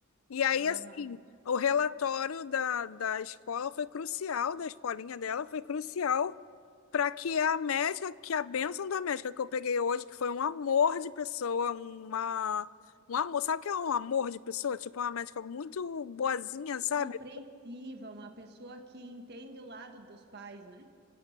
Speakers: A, on the left; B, on the right.
A: E aí,
B: Aham.
A: assim, o relatório da, da escola foi crucial, da escolinha dela foi crucial para que a médica, que a bênção da médica que eu peguei hoje, que foi um amor de pessoa, uma, um amor, sabe o que é um amor de pessoa? Tipo, uma médica muito boazinha, sabe?
B: Compreensiva, uma pessoa que entende o lado dos pais, né?